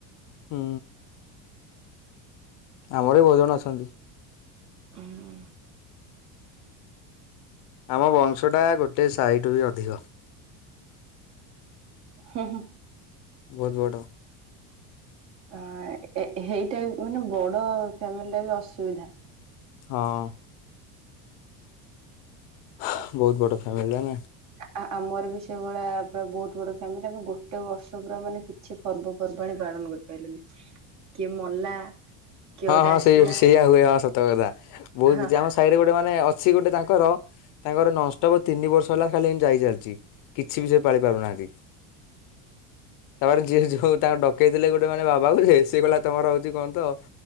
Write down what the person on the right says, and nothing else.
ହୁଁ।
ହୁଁ ହୁଁ।
ଆ ଏ ଏ ହେଇଟା ମାନେ ବଡ ଫ୍ୟାମିଲିଟା ବି ଅସୁବିଧା।
ଆ ଆମର ବି ସେଇଭଳିଆ ପୁରା ବହୁତ ବଡ ଫ୍ୟାମିଲି ଆମେ ଗୋଟେ ବର୍ଷ ପୁରା ମାନେ କିଛି ପର୍ବପର୍ବାଣି ପାଳନ କ ପାଇଲୁନି କିଏ ମଲା। କିଏ
ଗୋଟେ
ଆସିଲା
ହଁ